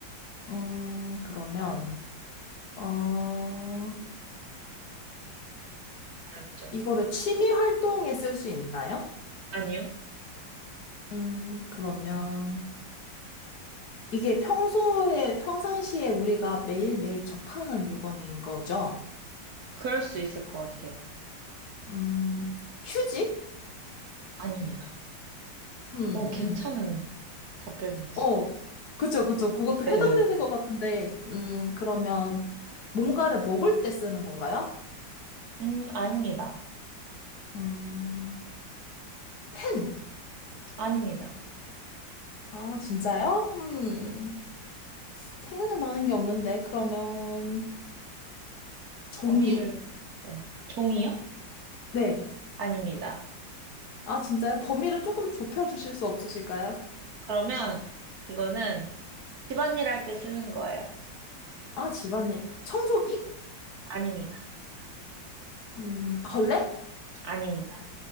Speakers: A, on the left; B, on the right.
A: 음, 그러면, 어,
B: 어렵죠?
A: 이거를 취미 활동에 쓸 수 있나요?
B: 아니요?
A: 음, 그러면 이게 평소에, 평상시에 우리가 매일매일 접하는 물건인 거죠?
B: 그럴 수 있을 것 같아요.
A: 음, 휴지?
B: 아닙니다.
A: 음,
B: 어, 괜찮은 답변이었어요.
A: 어, 그쵸, 그쵸. 그것도
B: 네.
A: 해당되는 것 같은데, 음, 그러면 뭔가를 먹을 때 쓰는 건가요?
B: 음, 아닙니다.
A: 음, 펜.
B: 아닙니다.
A: 아, 진짜요? 음, 생각나는 게 없는데, 그러면 종이?
B: 범위를 네. 종이요?
A: 네.
B: 아닙니다.
A: 아, 진짜요? 범위를 조금 좁혀주실 수 없으실까요?
B: 그러면 이거는 집안일 할 때 쓰는 거예요.
A: 아, 집안일. 청소기?
B: 아닙니다.
A: 음, 걸레?
B: 아닙니다.